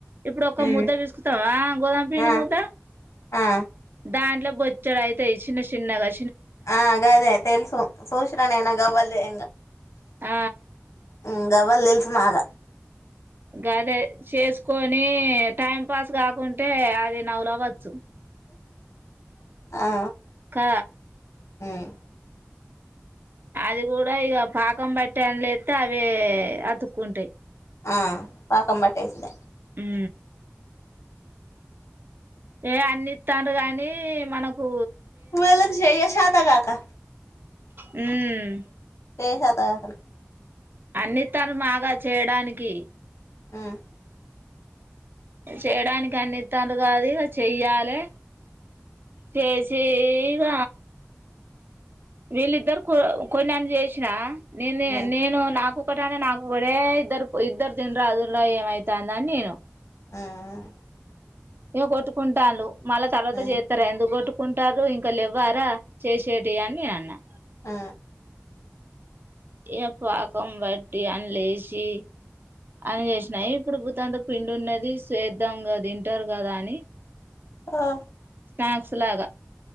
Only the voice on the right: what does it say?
ఇప్పుడు ఒక
ముద్ద పిసుకుతావా గోదామ పిండి
ముద్ద
దాంట్లో బొచ్చుడు అయితయ్ సిన్న సిన్నగా
ఆ
గదె చేసుకొని టైం పాస్ కాకుంటే అది నవ నవొచ్చు
క
అది కూడా ఇక పాకం బట్టి అల్లా ఏతే అవి అతుక్కుంటాయి
ఉ ఏ అన్నిస్తారు కానీ మనకు
హ్మ్
అన్ని ఇతళ్లు మాగ చేయడానికి
చేయడానికి అన్ని ఇతారు కాని ఇక చెయ్యాలె చేసి ఇక వీళ్ళిద్దరు కొ కొన్నని చేసినా నేనే
నేను నాకు ప్పటనే నాకురే ఇద్దరు ఇద్దరు తినరాదుల్లా ఏమైతాందని నేను
ఏ కొట్టుకుంటాన్లు మల్ల తర్వాత
చేత్తరే ఎందుకొట్ కుంటారు ఇంక లేవ్వరా చేసేటియి అని నేన్ అన్నా
ఏ పాకం బట్టి అని లేసి అని చేసినాయి, ఇప్పుడు బుత్తంత పిండి ఉన్నది చేద్దం కది తింటరు కదా అని,
స్నాక్స్ లాగా